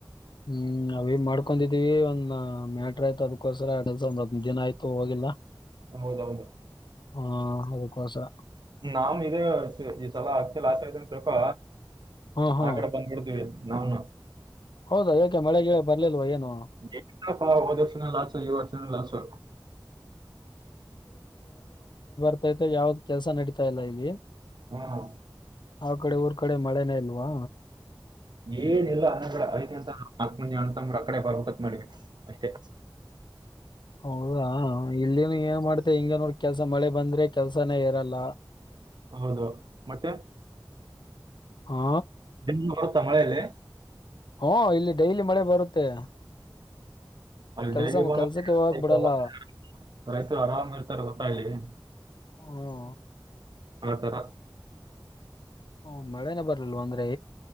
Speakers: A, on the left (about 65°); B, on the right (about 60°).
A: ಹ್ಮ್ ನಾವು ಏನ್ ಮಾಡ್ಕೊಂಡಿದೀವಿ ಒಂದ ಮ್ಯಾಟ್ರ ಆಯ್ತ ಅದಕ್ಕೋಸ್ಕರ ಕೆಲ್ಸ ಒಂದ್ ಹದಿನೈದು ದಿನ ಆಯ್ತು ಹೋಗಿಲ್ಲ
B: ಹೌದೌದು
A: ಹ್ಮ ಅದಕ್ಕೋಸರ
B: ನಾವ್ನು ಇದ ಈ ಸಲ ಹತ್ತಿ ಲಾಸ್ ಆಯಿತು ಅಂತ ತಿಳ್ಕೊ
A: ಹಾ ಹಾ
B: ಆ ಕಡೆ ಬಂದ್ಬಿಡ್ತೀವಿ ನೌ ನ <unintelligible>
A: ಹೌದಾ ಯಾಕೆ ಮಳೆಗೆ ಬರ್ಲಿಲ್ವಾ ಏನು
B: ಹೆಂಗಪ್ಪ ಹೋದು ವರ್ಷನು ಲಾಸ್ ಈ ವರ್ಷನು ಲಾಸು
A: ಕ್ಟಾಗಿ ಯಾವ್ದ್ ಕೆಲಸ ನಡೀತಾ ಇಲ್ಲ ಇಲ್ಲಿ
B: ಹಾ ಹಾ
A: ಆ ಕಡೆ ಊರ್ ಕಡೆ ಮಳೆನೇ ಇಲ್ವಾ
B: ಏನಿಲ್ಲ ಅನ್ನಗಡೆ ಅದಕ್ಕೆ ಅಂತ ನಾಲ್ಕ ಮಂದಿ ಅಣ್ಣ ತಮ್ಮವ್ರು ಆ ಕಡೆ ಬರಬೇಕು ಅಂತ ಮಾಡವಿ ಅಷ್ಟೇ
A: ಹೌದಾ ಇಲ್ಲಿನು ಏನ್ ಮಾಡ್ತ ಹಿಂಗ ನೋಡ ಕೆಲ್ಸ ಮಳೆ ಬಂದ್ರೆ ಕೆಲ್ಸಾನೇ ಇರಲ್ಲ
B: ಹೌದು ಮತ್ತೆ
A: ಹಾ
B: ದಿನ್ ಬರುತ್ತಾ ಮಳೆಯಲ್ಲಿ
A: ಹಓ ಇಲ್ಲಿ ಡೈಲಿ ಮಳೆ ಬರುತ್ತೆ
B: ಅಲ್ಲಿ
A: ಕೆಲ್ಸ
B: ಡೈಲಿ
A: ಕೆಲ್ಸಕ್ಕೆ ಹೋಗಕ್ ಬಿಡಲ್ಲ
B: <inaudible> ರೈತರು ಆರಾಮ್ ಇರ್ತಾರೆ ಗೊತ್ತಾ ಇಲ್ಲಿ
A: ಹ್ಮ್
B: ಹತರ
A: ಹ್ಮ ಮಳೆನೆ ಬರ್ಲಿಲ್ವಾ ಅಂದ್ರೆ